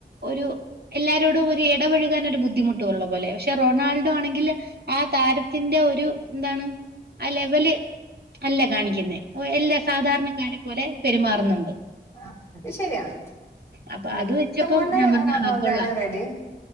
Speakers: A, on the right (about 65°); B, on the left (about 15°).
A: ഒരു എല്ലാരോടും ഒരു എടപഴുകാനൊരു ബുദ്ധിമുട്ടുള്ള. പോലെ. പക്ഷെ റൊണാൾഡോ ആണെങ്കില് ആ താരത്തിന്റെ ഒരു, ന്താണ് ആ ലെവല് അല്ല കാണിക്കുന്നെ. ഒ എല്ല സാധാരണക്കാരെ പോലെ പെരുമാറുന്നുണ്ട്
B: ആഹ് അത് ശരിയാണ്.
A: അപ്പൊ
B: വ്യക്തിത്തം
A: അത് വെച്ചപ്പം
B: കൊണ്ട്
A: ഞാൻ പറഞ്ഞു
B: റൊണാൾഡോയാണ്
A: ആ കൊള്ളാം.
B: റെഡി.